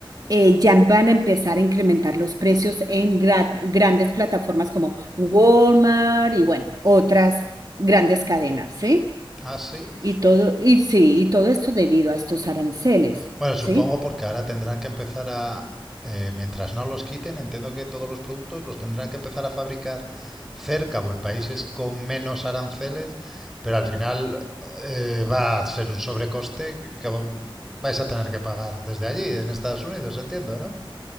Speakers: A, on the right; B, in the centre.
A: eh, ya van a empezar a incrementar los precios en gra- grandes plataformas como Walmart y bueno, otras grandes cadenas, ¿sí?
B: Ah, sí.
A: Y todo, y sí, y todo esto debido a estos aranceles,
B: Bueno, supongo
A: ¿sí?
B: porque ahora tendrán que empezar a, eh, mientras no los quiten, entiendo que todos los productos los tendrán que empezar a fabricar cerca o en países con menos aranceles, pero al final eh, va a ser un sobrecoste que vo- vais a tener que pagar desde allí, en Estados Unidos, entiendo, ¿no?